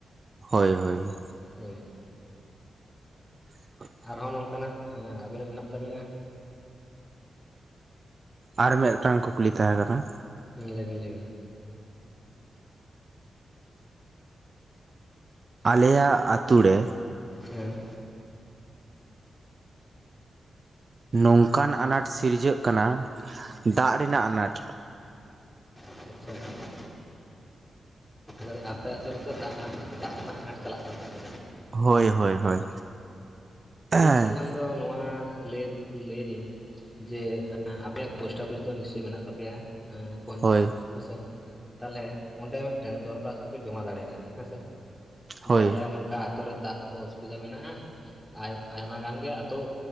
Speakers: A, on the right; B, in the centre.
A: ᱦᱳᱭ ᱦᱳᱭ
B: ᱦᱮᱸ
A: <inaudible>
B: ᱟᱨᱦᱚᱸ ᱱᱚᱝᱠᱟᱱᱟᱜ ᱟᱹᱵᱤᱱᱟᱜ ᱢᱮᱱᱟᱜ ᱛᱟᱵᱤᱱᱟ
A: ᱟᱨ ᱢᱤᱫᱴᱟᱝ ᱠᱩᱠᱞᱤ ᱛᱟᱦᱮᱸ ᱠᱟᱱᱟ
B: ᱦᱮᱸ ᱞᱟᱹᱭᱵᱤᱴᱮᱱ ᱞᱟᱹᱭᱵᱮᱱ
A: ᱟᱞᱮᱭᱟᱜ ᱟᱛᱳ ᱨᱮ
B: ᱦᱮᱸ
A: ᱱᱚᱝᱠᱟᱱ ᱟᱱᱟᱴ ᱥᱤᱨᱡᱟᱹᱜ ᱠᱟᱱᱟ ᱫᱟᱜ ᱨᱮᱱᱟᱜ ᱟᱱᱟᱴ
B: ᱟᱪᱪᱷᱟ ᱟ ᱟᱯᱮ ᱟᱛᱳ ᱨᱮᱫᱚ ᱫᱟᱜ ᱨᱮᱱᱟᱜ ᱫᱟᱜ ᱨᱮᱱᱟᱜ ᱟᱱᱟᱴ ᱪᱟᱞᱟᱜ ᱠᱟᱱ ᱛᱟᱯᱮ
A: ᱦᱳᱭ ᱦᱳᱭ ᱦᱳᱭ ᱦᱮᱸ
B: ᱥᱮᱫ ᱠᱷᱚᱱ ᱤᱧ ᱫᱚ ᱱᱚᱣᱟ ᱞᱟᱹᱭ ᱞᱟᱹᱭᱫᱟᱹᱧ ᱡᱮ ᱟᱯᱮᱭᱟᱜ ᱯᱚᱥᱴ ᱚᱯᱷᱤᱥ ᱫᱚ ᱱᱤᱥᱪᱚᱭ ᱢᱮᱱᱟᱜ ᱛᱟᱯᱮᱭᱟ ᱦᱚᱭ
A: ᱦᱳᱭ
B: ᱦᱮᱸᱥᱮ ᱛᱟᱦᱚᱞᱮ ᱚᱸᱰᱮ ᱢᱤᱫᱴᱮᱱ ᱫᱚᱨᱠᱷᱟᱥ ᱫᱚᱯᱮ ᱡᱚᱢᱟ ᱫᱟᱲᱮᱭᱟᱜᱼᱟ ᱦᱮᱸ ᱥᱮ
A: ᱦᱳᱭ
B: ᱡᱮ ᱟᱞᱮ ᱱᱚᱝᱠᱟ ᱟᱛᱳ ᱨᱮ ᱫᱟᱜ ᱠᱚ ᱚᱥᱩᱵᱤᱫᱷᱟ ᱢᱮᱱᱟᱜᱼᱟ ᱟᱭᱢᱟ ᱜᱟᱱ ᱜᱮ ᱟᱛᱳ